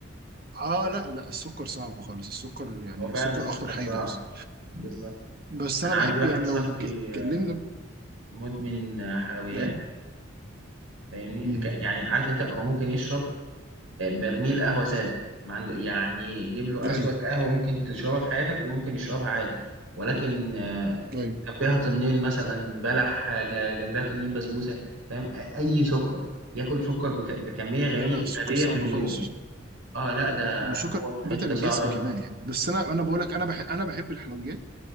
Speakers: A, on the right (about 45°); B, on the right (about 90°).
A: اه لا لا السكر صعب خالص السكر يعني
B: هو فعلا
A: السكر
B: السكر
A: اخطر حاجه
B: صعب
A: اصلا
B: بالظبط
A: بس انا
B: انا
A: بحب
B: عندي واحد
A: يعني
B: صاحبي
A: لو بك- اتكلمنا
B: آه، مدمن حلويات
A: ايوه
B: فاهمني
A: أمم.
B: ك- يعني عارف انت هو ممكن يشرب برميل قهوة سادة ما عنده يعني جيب له
A: ايوه
B: أسود قهوة ممكن تشربها في حياتك وممكن يشربها عادي ولكن آه،
A: ايوه
B: جنبها طنين مثلا بلح آه، ج- جنبها طنين بسبوسة فاهم أ- أي سكر ياكل سكر بك- بكمية غريبة
A: لا لا السكر
B: غبية
A: صعب
B: في اليوم
A: خالص
B: اه لا ده
A: وسكر
B: هو في
A: بيتعب
B: حتة
A: الجسم
B: صعبة أوي
A: كمان يعني بس انا انا بقول لك انا بحب انا بحب الحلويات